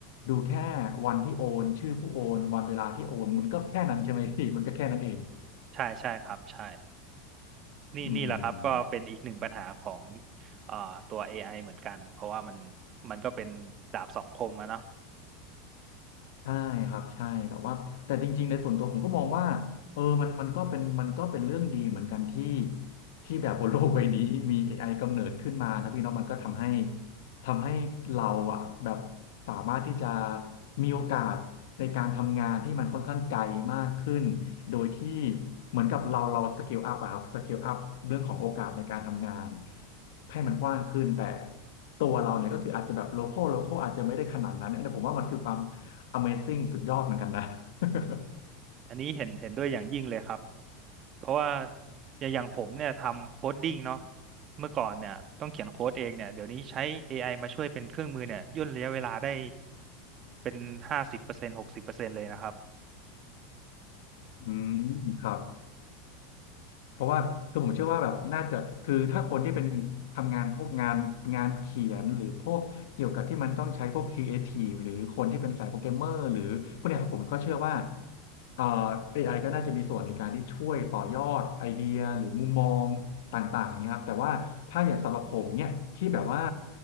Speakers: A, on the left (about 65°); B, on the right (about 40°).
A: ดูแค่วันที่โอนชื่อผู้โอนวันเวลาที่โอนมันก็แค่นั้นใช่ไหมพี่มันก็แค่นั้นเอง
B: ใช่ใช่ครับใช่นี่นี่แหละครับก็เป็นอีกหนึ่งปัญหาของ
A: อืม
B: อ่าตัว AI เหมือนกันเพราะว่ามันมันก็เป็นดาบสองคมอะเนาะ
A: ใช่ครับใช่แต่ว่าแต่จริงๆในส่วนตัวผมก็มองว่าเออมันมันก็เป็นมันก็เป็นเรื่องดีเหมือนกันที่ที่แบบบนโลกใบนี้มี AI กำเนิดขึ้นมานะพี่เน้องมันก็ทำให้ทำให้เราอ่ะแบบสามารถที่จะมีโอกาสในการทำงานที่มันค่อนข้างไกลมากขึ้นโดยที่เหมือนกับเราเราสเกลอัพอะครับสเกลอัพเรื่องของโอกาสในการทำงานให้มันกว้างขึ้นแต่ตัวเราเนี่ยก็คืออาจจะแบบโลคอลโลคอลอาจจะไม่ได้ขนาดนั้นอันนี้ผมว่ามันคือความ Amazing สุดยอดเหมือนกันนะ <laughs>
B: อันนี้เห็นเห็นด้วยอย่างยิ่งเลยครับ เพราะว่าอย่างอย่างผมเนี่ยทำโค้ดดิ้งเนาะเมื่อก่อนเนี่ยต้องเขียนโค้ดเองเนี่ยเดี๋ยวนี้ใช้ AI มาช่วยเป็นเครื่องมือเนี่ยย่นระยะเวลาได้เป็นห้าสิบเปอร์เซ็นต์หกสิบเปอร์เซ็นต์เลยนะครับ
A: อืมครับ เพราะว่าคือผมเชื่อว่าแบบน่าจะคือถ้าคนที่เป็นทำงานพวกงานงานเขียนหรือพวกเกี่ยวกับที่มันต้องใช้พวกครีเอทีฟหรือคนที่เป็นสายโปรแกรมเมอร์หรือพวกเนี้ยครับผมก็เชื่อว่าเอ่อเอไอก็น่าจะมีส่วนในการที่ช่วยต่อยอดไอเดียหรือมุมมองต่างๆเนี่ยครับแต่ว่าถ้าอย่างสำหรับผมเนี่ยที่แบบว่า